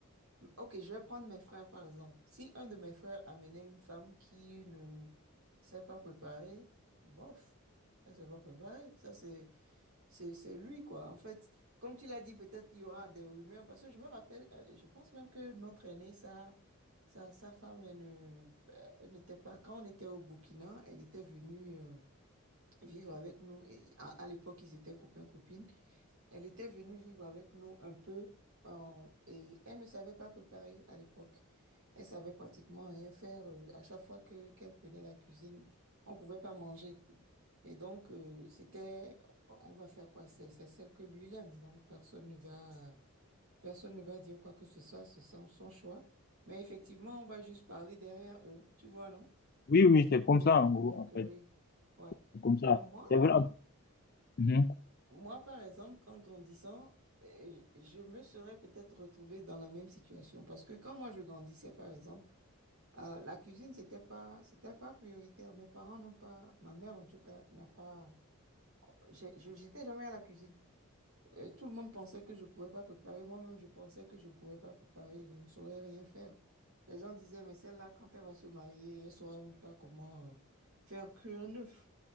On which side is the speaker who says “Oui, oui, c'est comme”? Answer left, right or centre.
Left